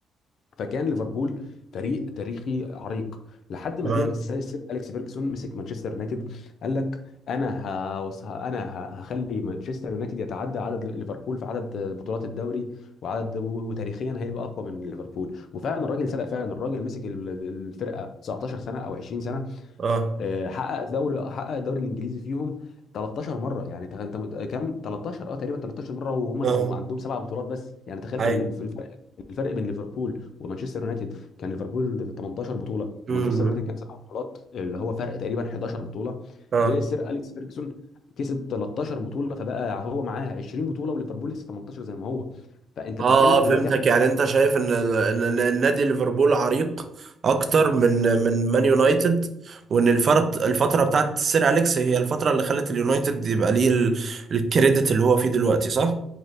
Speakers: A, on the left; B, on the right.
A: فكان ليفربول فريق تاريخي عريق لحد ما
B: تمام
A: جه السير سير اليكس فيرجسون مسك مانشستر يونايتد قال لك انا هوص... انا ه- هخلي مانشستر يونايتد يتعدى عدد ليفربول في عدد بطولات الدوري وعدد و- وتاريخيا هيبقى اقوى من ليفربول وفعلا الراجل سبق فعلا الراجل مسك ال- الفرقه 19 سنه او 20 سنه
B: آه
A: آه، حقق دوري حقق الدوري الانجليزي فيهم 13 مره يعني تخ- انت مت- كام 13 اه تقريبا 13 مره وهم
B: آه
A: كانوا عندهم سبع بطولات بس يعني تخيل
B: أي
A: كان الف- الفرق الفرق بين ليفربول ومانشستر يونايتد كان ليفربول 18 بطوله
B: مم.
A: ومانشستر يونايتد كان سبع بطولات اللي هو فرق تقريبا 11 بطوله
B: آه
A: جه السير اليكس فيرجسون كسب 13 بطوله فبقى هو معاه 20 بطوله وليفربول لسه 18 زي ما هو فانت
B: اه
A: بتتكلم
B: آه، فهمتك
A: دلوقتي
B: يعني انت شايف ان ان إن النادي ليفربول عريق اكتر من من مان يونايتد وان الفرط الفتره بتاعت سير اليكس هي الفتره اللي خلت اليونايتد يبقى ليه ال- الكريدت اللي هو فيه دلوقتي صح؟